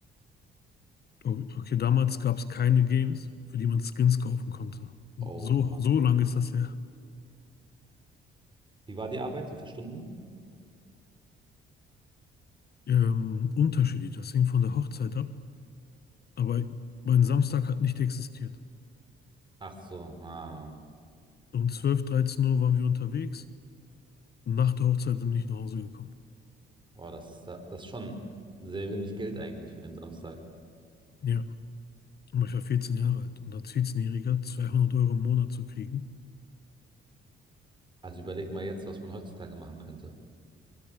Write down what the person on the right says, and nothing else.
Oh
Mann.
Wie war die Arbeit? Wie viele Stunden?
Ach so, ah.
Boah, das ist, da- das ist schon sehr wenig Geld eigentlich für den Samstag.
Also überleg mal jetzt, was man heutzutage machen könnte.